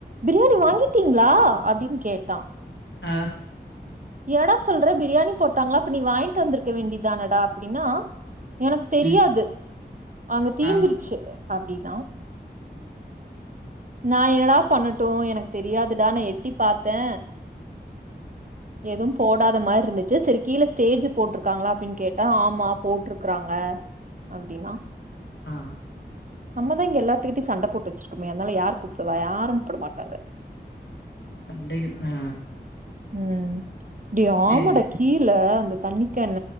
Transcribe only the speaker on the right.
பிரியாணி வாங்கிட்டீங்களா அப்டின்னு கேட்டா
எடா சொல்ற பிரியாணி போட்டாங்களா அப்ப நீ வாங்கிட்டு வந்திருக்க வேண்டிதானடா அப்படின்னா எனக்கு தெரியாது
அங்க தீந்துருச்சு
அப்டின்னா
நா என்னடா பண்ணட்டு எனக்கு தெரியாதுடா நா எட்டி பாத்தே
எதும் போடாத மார்ருந்துச்சு சரி கீழ ஸ்டேஜ் போட்டிருக்காங்களா அப்டின்னு கேட்டா ஆமா போட்டிருக்கறாங்க அப்டினா
நம்மதா இங்க எல்லாத்துக்கிட்ட சண்ட போட்டு வச்சிருக்கோமே அதனால யாரு கூப்புடுவா யாரு கூப்டமாட்டாங்க
ம் டேய்
ஆமடா கீழ அந்த தண்ணிக்கேன்